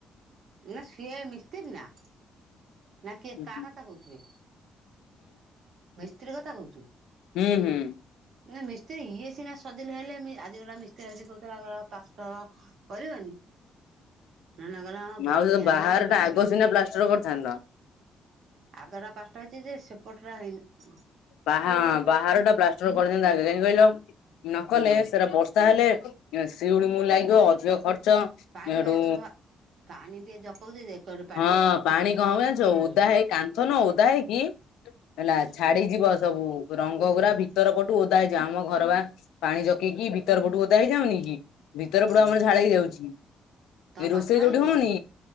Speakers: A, on the right; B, on the left.
A: ନା ସିଏ ମିସ୍ତିର ନା? ନା କିଏ
B: ହୁଁ
A: କାହା କଥା କହୁଚୁବେ ମିସ୍ତ୍ରୀ କଥା କୋହୁଚୁ?
B: ହୁଁ ହୁଁ।
A: ନାଇ ମିସ୍ତ୍ରୀ ଇଏ ସିନା ସଜିଲ୍ ହେଲେ ମି-ଆଜି ଗୋଟା ମିସ୍ତ୍ରୀ ଆସିକି କହୁଥିଲା କହିଲା ଆଉ ପ୍ଲାଷ୍ଟର କରିବନି? ନନା କହିଲା ହଁ
B: ମାଉସି
A: ବାଲି
B: ତମ
A: ଆଣିନି
B: ବାହାଘରଟା
A: ମୁଁ ବାଲି
B: ଆଗ
A: ଆଣି
B: ସିନା ପ୍ଲାଷ୍ଟର କରିଥାନ୍ତ।
A: ଆଗରା ପ୍ଲାଷ୍ଟର ହେଇଚି ଯେ ସେପଟ <unintelligible>
B: ବାହା ବାହାର ଟା ବ୍ଲାଷ୍ଟର କରିଥାନ୍ତା ଆ କାହିଁକି କହିଲ ନ କଲେ
A: ହୁଁ
B: ସେଟା ବର୍ଷା ହେଲେ <inaudible> ସିଳି ମ ଲାଗିବ ଅଧିକ ଖର୍ଚ୍ଚ
A: ପାଣି
B: ସେଠୁ
A: ବା ଏକରେ ଭା ପାଣି ଟିକେ ଜକଉଛି ଯେ ଏକରେ ପାଣି
B: ହଁ
A: ଜକଉଛି ବା
B: ପାଣି କମ ଜାଣିଛ
A: ହୁଁ
B: ଓଦା ହେଇ କାନ୍ଥ ନୁହ ଓଦା ହେଇକି? ହେଲା
A: ହୁଁ
B: ଛାଡିଯିବ ସବୁ ରଙ୍ଗ
A: ହଁ
B: ଗୁରା
A: ବା
B: ଭିତର ପଟୁ ଓଦା ହେଇଯାଉ ଆମ ଘର ବା ପାଣି ଜକେଇକି ଭିତର ଗଟୁ <unintelligible> ଓଦା ହେଇଯାଉନି କି? ଭିତର
A: ହୁଁ
B: ପଡା ଆମର ଝାଲେଇ <unintelligible> ହେଇଯାଉଛି
A: ତମ
B: ରୋଷେଇ
A: ପାଷ୍ଟ ହେଇନି
B: ଯୋଉଠି ହଉନି
A: କି